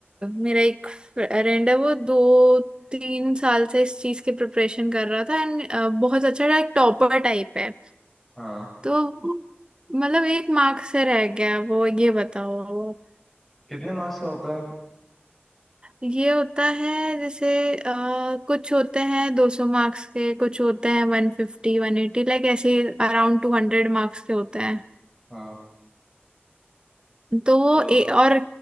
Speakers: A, on the right; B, in the centre.
A: मेरा एक फ्रेंड है वो दो तीन साल से इस चीज की प्रिपरेशन कर रहा था एंड बहुत अच्छा एक टॉपर टाइप है
B: हाँ
A: तो मतलब एक मार्क्स से रह गया वो ये बताओ आप।
B: कितने मार्क्स का होता है
A: ये होता है जैसे अ, कुछ होते हैं 200 मार्क्स के कुछ होते हैं 150 180 लाइक ऐसे अराउंड 200 मार्क्स के होते हैं
B: हाँ
A: तो वो
B: तो
A: ए, और